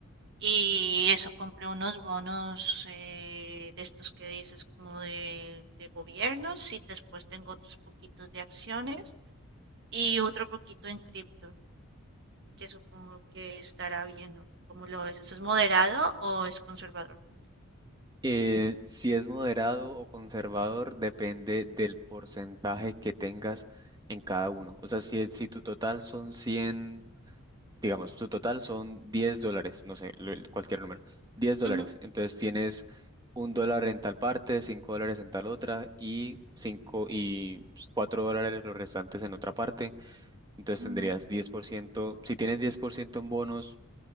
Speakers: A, on the right; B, on the right.
A: Y eso, compré unos bonos eh, de estos que dices como de, de gobiernos y después tengo otros poquitos de acciones y otro poquito en cripto que supongo que estará bien, ¿no? ¿Cómo lo ves? ¿Eso es moderado o es conservador?
B: Eh, si es moderado o conservador, depende del porcentaje que tengas en cada uno. O sea, si, si tu total son 100, digamos, tu total son 10 dólares, no sé, lo- cualquier número, diez dólares.
A: Ujú,
B: Entonces tienes un dólar en tal parte, 5 dólares en tal otra y, cinco y 4 dólares los restantes en otra parte. Entonces
A: ujú.
B: tendrías 10%. Si tienes 10% en bonos,